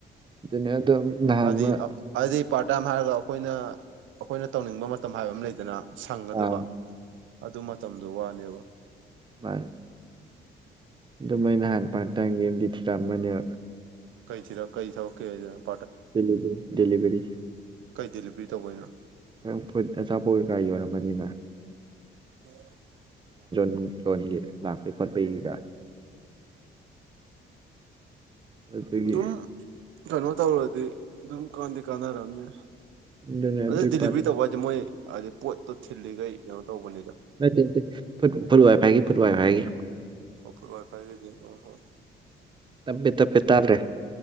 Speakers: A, on the right (about 25°); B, on the right (about 75°).
A: ꯑꯗꯨꯅꯦ ꯑꯗꯣ ꯅꯍꯥꯟ
B: ꯍꯥꯏꯗꯤ
A: ꯑꯃ
B: ꯍꯥꯏꯗꯤ ꯄꯥꯔꯠ ꯇꯥꯏꯝ ꯍꯥꯏꯔꯒ ꯑꯩꯈꯣꯏꯅ ꯑꯩꯈꯣꯏꯅ ꯇꯧꯅꯤꯡꯕ ꯃꯇꯝ ꯍꯥꯏꯕ ꯑꯃ ꯂꯩꯗꯅ ꯁꯪꯒꯗꯨꯕ
A: ꯑꯥ
B: ꯑꯗꯨ ꯃꯇꯝꯗꯨ ꯋꯥꯅꯦꯕ
A: ꯃꯥꯅ‌ꯦ ꯑꯗꯨꯃꯥꯏꯅ ꯅꯍꯥꯟ ꯄꯥꯔꯠ ꯇꯥꯏꯝꯒꯤ ꯑꯃꯗꯤ ꯊꯤꯔꯛꯑꯝꯕꯅꯦꯕ
B: ꯀꯩ ꯊꯤꯔꯛ ꯀꯩ ꯊꯕꯛꯀꯤꯅ‌ꯣ ꯍꯥꯏꯁ‌ꯦ
A: ꯗꯤꯂꯤꯕꯔꯤ ꯗꯦꯂꯤꯕꯔꯤ
B: ꯀꯩ ꯗꯦꯂꯤꯚꯔꯤ ꯇꯧꯕꯩꯅꯣ
A: ꯀꯔꯝ ꯐꯨꯠ ꯑꯆꯥꯄꯣꯠ ꯀꯩ ꯀꯥ ꯌꯣꯜꯂꯝꯃꯅꯤꯅ
B: ꯑꯣ <unintelligible>
A: ꯎꯝ ꯂ‌ꯣꯟꯒꯤ ꯂꯥꯛꯄꯩ ꯈꯣꯠꯄꯩꯒꯤꯒ ꯑꯗꯨꯗꯨꯒꯤ
B: ꯑꯗꯨꯝ ꯀꯩꯅꯣ ꯇꯧꯔꯗꯤ ꯑꯗꯨꯝ ꯀꯥꯟꯗꯤ ꯀꯥꯟꯅꯔꯝꯅꯦ
A: ꯑꯗꯨꯅ
B: ꯑꯗꯨ
A: ꯑꯗꯨꯏ
B: ꯗꯤꯂꯤꯚꯔꯤ
A: ꯄꯥꯔꯠ
B: ꯇꯧꯕ ꯍꯥꯏꯗꯤ ꯃꯣꯏ ꯑꯗꯨꯗꯤ ꯄꯣꯠꯇꯣ ꯊꯤꯜꯂꯤꯈꯩ ꯀꯩꯅꯣ ꯇꯧꯕꯅꯦ
A: ꯅꯠꯇ‌ꯦ ꯅꯠꯇ‌ꯦ ꯐꯨꯠ ꯐꯨꯠ ꯋꯥꯏꯐꯥꯏꯒꯤ ꯐꯨꯠ ꯋꯥꯏꯐꯥꯏꯒꯤ
B: ꯑꯣ ꯐꯨꯠ ꯋꯥꯏꯐꯥꯏꯒꯤꯗꯤ ꯑꯣ ꯍꯣꯏ
A: ꯇꯞꯄꯦ ꯇꯞꯄꯦ ꯇꯥꯗꯔ‌ꯦ